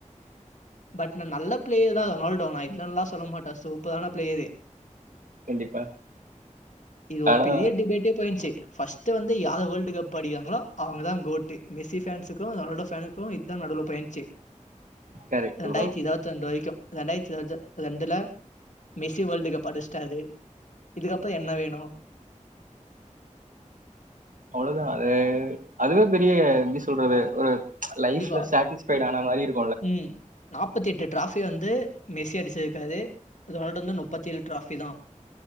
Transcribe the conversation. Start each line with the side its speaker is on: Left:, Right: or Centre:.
Left: பட் நா நல்ல பிளேயர் தா ரொனால்டோ நா இல்லன்லா சொல்ல மாட்ட சூப்பரான பிளேயரு
Right: கண்டிப்பா
Left: இது ஒரு
Right: ஆனா
Left: பெரிய டிபேட்டே போயிருன்ச்சு ஃபஸ்ட்டு வந்து யாரு வேல்டு் கப் ப்படிக்குறாங்களோ அவங்க தா கோட்டு மெஸி ஃபேன்ஸுகு ரொனால்டோ ஃபேனுக்கு இதா நடுவுல போயின்சு
Right: கரெக்ட்
Left: ரெண்டாயிர்த்தி
Right: ப்ரோ
Left: இருவத் த்து ரெண்டு வரைக்கு ரெண்டாயிரத்தி இருவது ரெண்டுல மெஸ்ஸி வேர்ல்டு கப் அடிச்டாரு இதுக்கப்றோ என்ன வேணு
Right: அவ்ளோதா அது அதுவே பெரிய எப்டி சொல்றது ஒரு
Left: கண்டிப்பா
Right: லைஃப்ல சேடிஸ் ஃபைடான மாரி இருக்
Left: ம் நாப்பத்தெட்டு ட்ராஃபி வந்து மெஸ்ஸி அடிச்சிருக்காது ரொனால்ட் வந்து நுப்பத்தேழு ட்ராஃபி தா